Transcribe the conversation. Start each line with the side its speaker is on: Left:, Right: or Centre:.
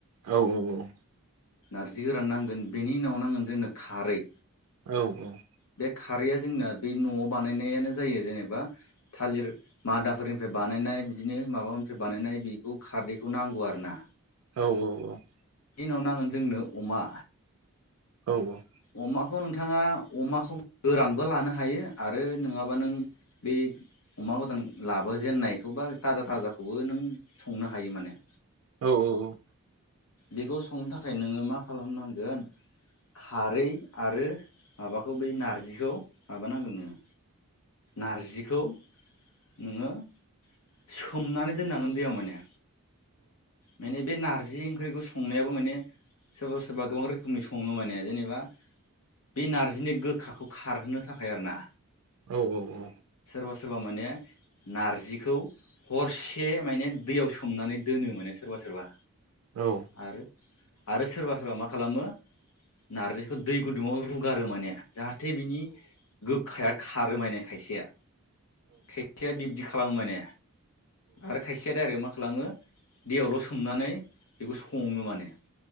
Right: औ औ औ
Left: नारजि गोरान नांगोन बेनि उनाव नांगोन जोंनो खारै
Right: औ औ
Left: बे खारैया जोंना बे न'आव बानायनायानो जायो जेनेबा थालिर मादाफोरनिफ्राय बानायनाय नाय बिदिनो माबानिफ्राय बानायनाय बेखौ खारदैखौ नांगौ आरोना
Right: औ औ औ
Left: इनाव नांगोन जोंनो अमा
Right: औ औ
Left: अमाखौ नोंथाङा अमाखौ गोरानबो लानो हायो आरो नङाबा नों बे अमा गोदान लाबोजेननायखौ बा थाजा थाजाखौबो नों संनो हायो माने
Right: औ औ औ।
Left: बेखौ संनो थाखाय नोंङो मा खालामनांगोन। खारै आरो माबाखौ बै नारजिखौ माबानांगोन नोंङो। नारजिखौ। नोंङो सोमनानै दोननांगोन दैेयाव माने। माने बे नारजि ओंख्रिखौ । संनायाबो माने सोरबा सोरबा गोबां रोखोमनि संङो माने जेनेबा। बे नारजिनि गोखाखौ खारहोनो थाखाय आरो ना।
Right: औ औ औ।
Left: सोरबा सोरबा माने नारजिखौ हरसे माने दैयाव सोमनानै दोनो माने । सोरबा सोरबा।
Right: औ।
Left: आरो आरो सोरबा सोरबा मा खालामो नारजिखौ दै गुदुङाव रुगारो माने। जाहाथे बिनि गोखाया खारो माने खायसेया खायसेया बिब्दि खालामो। खालामो माने आरो खायसेया डाइरेक्ट मा खालामो। दैयावल सोमनानै बेखौ संङो माने।